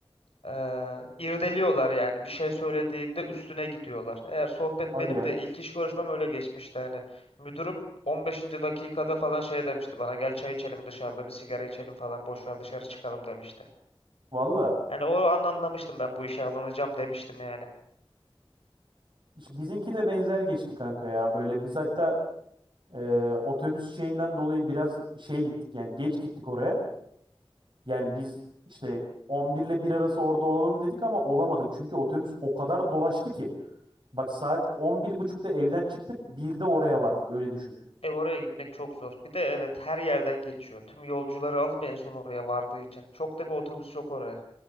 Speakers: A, on the left; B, on the right.
A: eee, irdeliyorlar yani bir şey söylediğinde üstüne gidiyorlar. Eğer sohbet
B: hadi
A: benim
B: ya.
A: de ilk iş görüşmem öyle geçmişti. Hani müdürüm 15. dakikada falan şey demişti bana gel çay içelim dışarıda bir sigara içelim falan boş ver dışarı çıkalım demişti.
B: Valla.
A: Hani o an anlamıştım ben bu işe alınacağım demiştim yani.
B: İş- Bizimki de benzer geçti kanka ya. Böyle biz hatta e, otobüs şeyinden dolayı biraz şey gittik yani geç gittik oraya. Yani biz işte 11 ile 1 arası orada olalım dedik ama olamadık. Çünkü otobüs o kadar dolaştı ki. Bak saat 11.30'da evden çıktık. 1'de oraya vardık. Öyle düşün.
A: E oraya gitmek çok zor. Bir de evet her yerden geçiyor. Tüm yolcuları alıp en son oraya vardığı için. Çok da bir otobüs yok oraya.